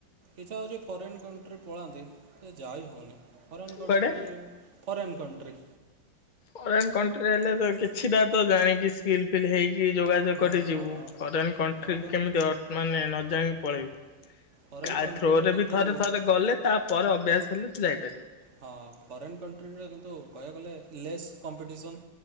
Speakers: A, on the right; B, on the left.
A: ଇଛା ହଉଛି ଫରେନ୍ କଣ୍ଟ୍ରି ପଳାନ୍ତି। ଏ ଯାଇ ହଉନି। ଫରେନ୍ country
B: କୁଆଡେ
A: foreign country.
B: Foreign କଣ୍ଟ୍ରିରେ ହେଲେ ତ କିଛିଟା ତ ଜାଣିକି ସ୍କିଲ୍ ଫିଲ୍ ହେଇକି କି ଯୋଗାଯୋଗ
A: ହଁ
B: କରି ଯିବୁ
A: ହଁ ହଁ
B: ଫରେନ୍ କଣ୍ଟ୍ରି
A: ହଁ ବା
B: କେମିତି ଅ ମାନେ ନ ଯାଇଁକି ପଳେଇବୁ।
A: ଫରେନ୍
B: କା
A: କଣ୍ଟ୍ରିରେ
B: ଥ୍ରୋରେ
A: କିନ୍ତୁ
B: ବି ଥରେ ଥରେ ଗଲେ ତାପରେ ଅଭ୍ୟାସ ଥିଲେ ତୁ ଯାଇପାରିବୁ।
A: ହଁ ଫରେନ୍ କଣ୍ଟ୍ରିରେ କିନ୍ତୁ କହିବାକୁ ଗଲେ ଲେସ୍ କମ୍ପିଟିସନ୍।